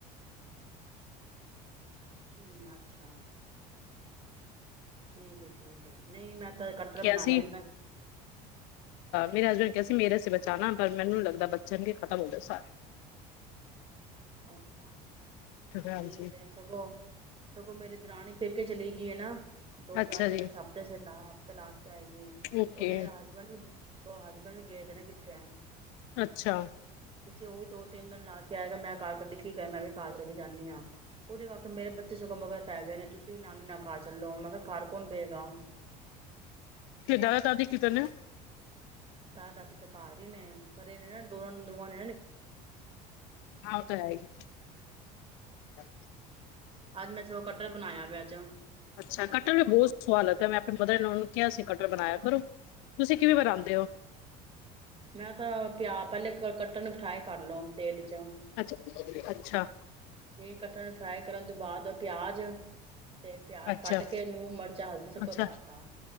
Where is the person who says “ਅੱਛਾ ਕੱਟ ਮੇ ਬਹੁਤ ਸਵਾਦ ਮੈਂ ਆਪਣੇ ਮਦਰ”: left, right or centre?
Left